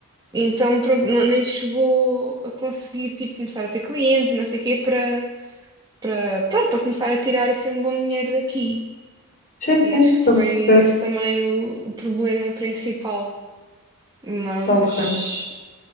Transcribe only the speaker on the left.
Sim, sim,
estou
a perceber.
Ok,